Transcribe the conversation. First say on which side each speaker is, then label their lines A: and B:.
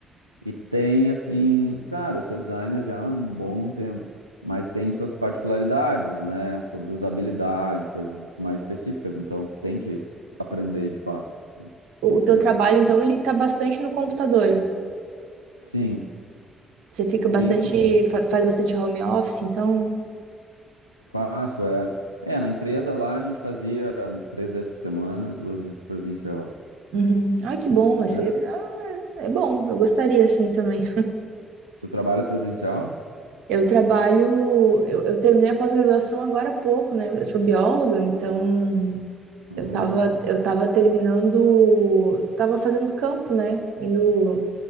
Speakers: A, on the right; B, on the right.
A: E tem, assim, claro, eu sou designer já há um bom tempo, mas tem suas particularidades, né? Sobre usabilidade, coisas mais específicas, então tem que aprender de fato. né?
B: O,
A: Então
B: o
A: foi.
B: teu trabalho, então, ele tá bastante no computador.
A: Sim,
B: Você fica
A: sim,
B: bastante, fa- faz bastante home office, então...
A: Faço, é. É, na empresa lá a gente fazia era três vezes por semana, duas vezes presencial.
B: Uhum. Ai, que bom. Esse...
A: Mas é porque
B: É é bom. Eu gostaria, assim, também.
A: Tu trabalha presencial?
B: Eu trabalho, eu, eu terminei a pós-graduação agora há pouco, né? Eu sou bióloga, então
A: Ah,
B: eu tava, eu tava terminando, tava fazendo campo, né? Indo